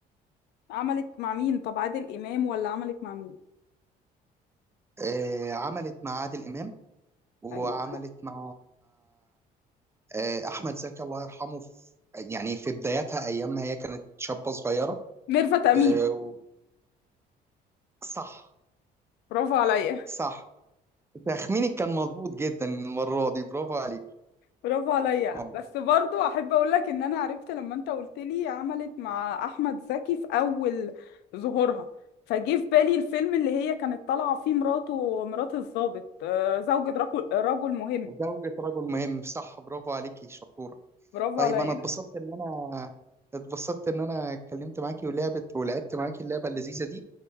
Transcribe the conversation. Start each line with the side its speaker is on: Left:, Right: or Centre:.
Left: عملت مع مين طب عادل امام ولا عملت مع مين
Right: آه، عملت مع عادل إمام وعملت
Left: ايوه
Right: مع آه، أحمد زكي الله يرحمه في يعني في بداياتها أيام ما هي كانت شابة صغيرة
Left: ميرفت امين
Right: آه، و- صح
Left: برافو عليا
Right: صح تخمينك كان مظبوط جدا المرة دي برافو عليك
Left: برافو عليا
Right: اه
Left: بس برضو احب اقول لك ان انا عرفت لما انت قلت لي عملت مع احمد زكي في اول ظهورها فجه في بالي الفيلم اللي هي كانت طالعه فيه مراته مرات الضابط آه، زوجة رجل رجل مهم
Right: زوجة رجل مهم صح برافو عليكي شطورة
Left: برافو
Right: طيب
Left: عليا
Right: أنا اتبسطت إن أنا اتبسطت إن أنا اتكلمت معاكي ولعبت ولعبت معاكي اللعبة اللذيذة دي